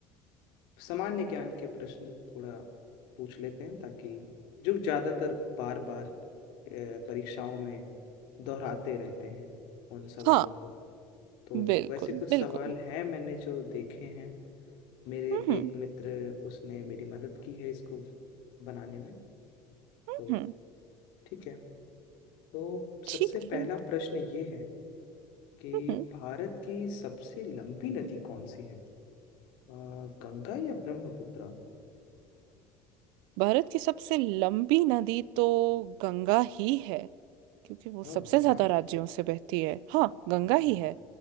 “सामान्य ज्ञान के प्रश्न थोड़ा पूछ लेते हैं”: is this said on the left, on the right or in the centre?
Left